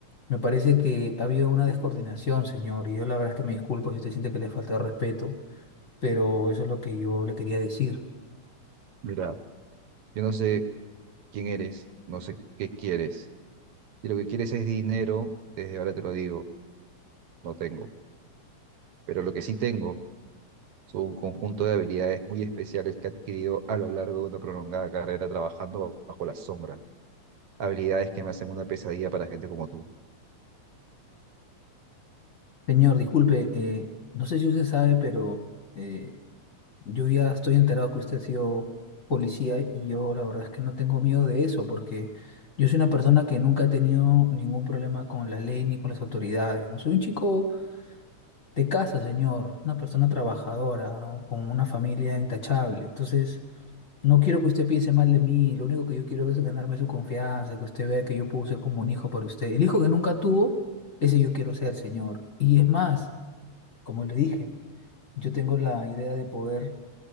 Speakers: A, on the left; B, on the right.
A: me parece que ha habido una descoordinación, señor. Y yo la verdad es que me disculpo si usted siente que le falta el respeto, pero eso es lo que yo le quería decir.
B: Mira, yo no sé quién eres, no sé qué quieres. Si lo que quieres es dinero, desde ahora te lo digo, no tengo. Pero lo que sí tengo son un conjunto de habilidades muy especiales que he adquirido a lo largo de una prolongada carrera trabajando bajo la sombra. Habilidades que me hacen una pesadilla para gente como tú.
A: Señor, disculpe, eh, no sé si usted sabe, pero... eh, Yo ya estoy enterado que usted ha sido policía y yo la verdad es que no tengo miedo de eso porque yo soy una persona que nunca ha tenido ningún problema con la ley ni con las autoridades, ¿no? Soy un chico de casa, señor, una persona trabajadora, ¿no? Con una familia intachable. Entonces, no quiero que usted piense mal de mí, lo único que yo quiero es ganarme su confianza, que usted vea que yo puedo ser como un hijo para usted. El hijo que nunca tuvo, ese yo quiero ser, señor. Y es más, como le dije, yo tengo la idea de poder